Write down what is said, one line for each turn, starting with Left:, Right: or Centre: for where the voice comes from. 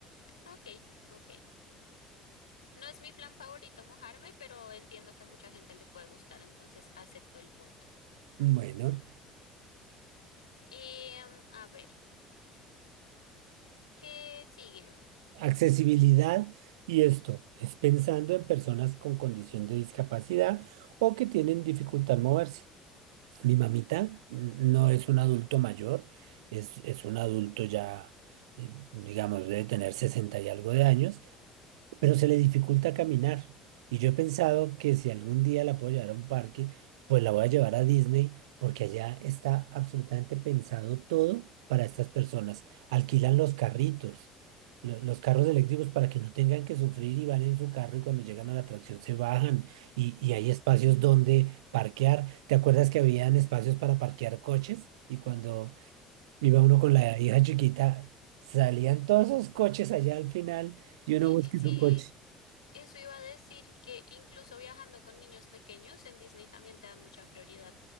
Left: Ok, ok. No es mi plan favorito mojarme, pero entiendo que a mucha gente le puede gustar, entonces acepto el punto.
Right: Bueno,
Left: Y, em, a ver, ¿qué sigue?
Right: accesibilidad y esto es pensando en personas con condición de discapacidad o que tienen dificultad en moverse. Mi mamita no es un adulto mayor, es, es un adulto ya, eh, digamos, debe tener 60 y algo de años, pero se le dificulta caminar. Y yo he pensado que si algún día la puedo llevar a un parque, pues la voy a llevar a Disney, porque allá está absolutamente pensado todo para estas personas. Alquilan los carritos, lo- los carros eléctricos para que no tengan que sufrir y van en su carro y cuando llegan a la atracción se bajan y, y hay
Left: Ujú,
Right: espacios donde parquear. ¿Te acuerdas que habían espacios para parquear coches? Y cuando iba uno con la
Left: ujú.
Right: hija chiquita, salían todos esos coches allá al final y
Left: Y
Right: uno busca
Left: eh, sí,
Right: su coche.
Left: eso iba a decir que incluso viajando con niños pequeños en Disney también te dan mucha prioridad.